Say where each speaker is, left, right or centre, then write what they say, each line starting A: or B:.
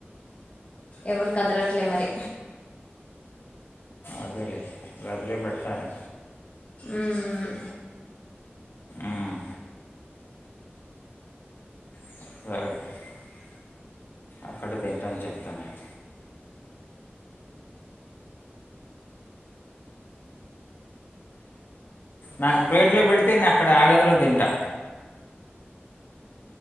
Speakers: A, on the left; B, on the left.
A: ఎవరు కదలట్లే మరి
B: అదేలే <unintelligible> పేడతారు
A: మ్మ్
B: ఉమ్, <unintelligible> అక్కడే తింటా అని చెప్తా నేను నాకు ప్లేట్లో పెడితే నే అక్కడ ఆ గదిలో తింటా